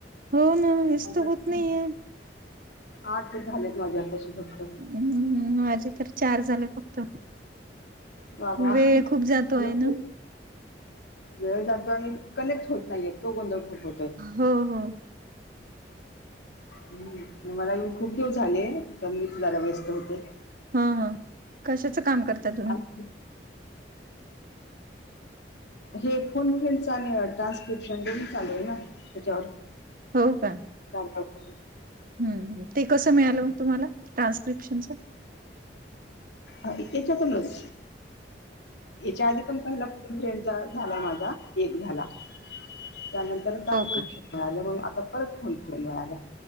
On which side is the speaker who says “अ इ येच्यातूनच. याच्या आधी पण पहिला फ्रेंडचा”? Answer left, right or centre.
Left